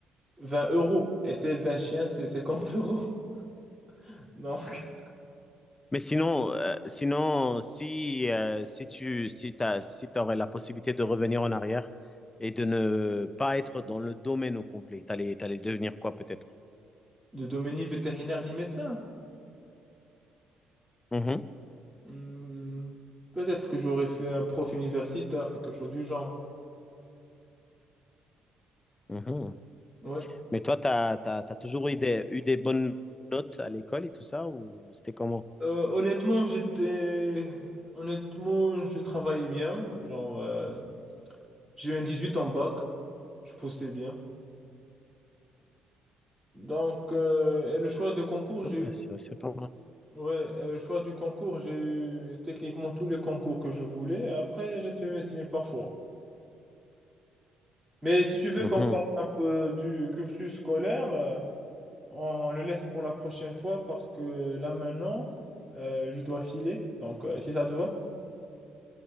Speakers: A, on the right; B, on the left.
A: 20 euros. Et celle d'un chien, c'est 50 euros. <laughs> Donc,
B: Mais sinon, euh, sinon, si, euh, si tu, si t'as, si t'aurais la possibilité de revenir en arrière et de ne pas être dans le domaine au complet, t'allais, t'allais devenir quoi peut-être?
A: de domaine ni vétérinaire ni médecin.
B: Mhm,
A: Hmm, peut-être que j'aurais fait un prof universitaire, quelque chose du genre.
B: mhm.
A: Ouais.
B: Mais toi, t'as, t'as, t'as toujours eu des, eu des bonnes notes à l'école et tout ça, ou c'était comment?
A: Euh, honnêtement, j'étais... Honnêtement, je travaillais bien. Genre, euh, j'ai eu un 18 en bac. Je poussais bien. Donc, euh, et le choix de concours,
B: Ouais,
A: j'ai eu
B: ça, c'est pas mal.
A: Ouais, euh, le choix du concours, j'ai eu techniquement tous les concours que je voulais. Après, j'ai fait médecine par choix. Mais si tu veux
B: Mhm.
A: qu'on parle un peu du cursus scolaire, euh, on le laisse pour la prochaine fois parce que là maintenant, euh, je dois filer. Donc, euh, si ça te va,